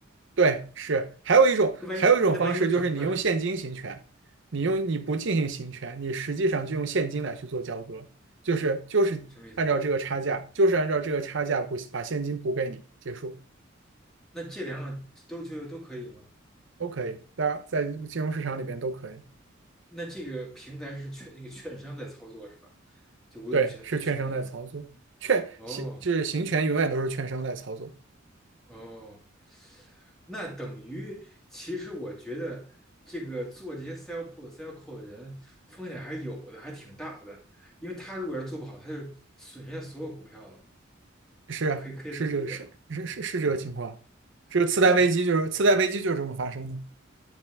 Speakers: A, on the right (about 65°); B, in the centre.
A: 对是。还有一种还有一种方式就是你用现金行权，
B: 那万一那万一我转不出来呢
A: 你用你不进行行权，你实际上就用现金来去做交割，就是就是按照这个差价，
B: 什么意思？
A: 就是按照这个差价补把现金补给你，结束
B: 那这两种都就都可以吗？
A: 都可以，在在金融市场里边都可以。
B: 那这个平台是券那个券商在操作是吧？就无论你选你选哪种，
A: 对，是券商在操作，券行就是行权永远都是券商在操作。
B: 哦哦。那等于，其实我觉得这个做这些 sell pull、sell call 的人风险还是有的，还挺大的。因为他如果要做不好，他就损失家所有股票了。
A: 是啊是这个是是是是这个情况，
B: 可以可以这么理解吗？啊，
A: 这个次贷危机就是次贷危机就是这么发生的。
B: 那